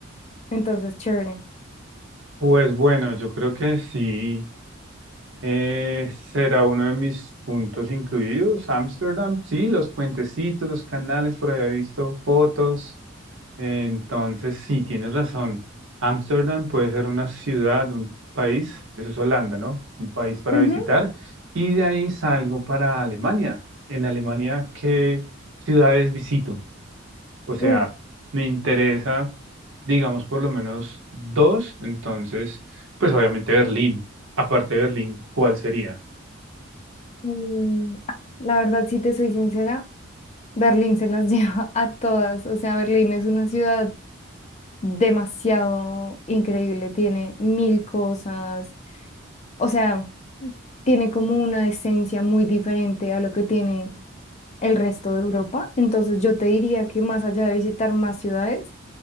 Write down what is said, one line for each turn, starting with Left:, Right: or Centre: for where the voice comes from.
Left: entonces chévere.
Right: Pues bueno, yo creo que sí, eh, será uno de mis puntos incluidos, Ámsterdam, sí, los puentecitos, los canales, por ahí he visto fotos. Entonces, sí, tienes razón. Ámsterdam puede ser una ciudad, un país, eso es Holanda, ¿no? Un país para
Left: Ujú.
Right: visitar. Y de ahí salgo para Alemania. En Alemania, ¿qué ciudades visito? O sea,
Left: Uf,
Right: me interesa, digamos, por lo menos dos. Entonces, pues obviamente Berlín. Aparte de Berlín, ¿cuál sería?
Left: mm, la verdad, si te soy sincera, Berlín se las <laughs> lleva a todas, o sea, Berlín es una ciudad demasiado increíble, tiene mil cosas, o sea, tiene como una esencia muy diferente a lo que tiene. el resto de Europa. Entonces yo te diría que más allá de visitar más ciudades,